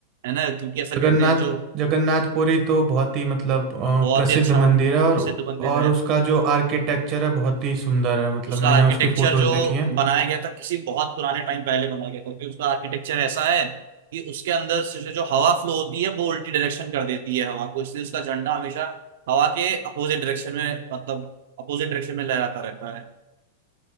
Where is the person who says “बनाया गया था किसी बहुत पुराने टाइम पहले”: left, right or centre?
Right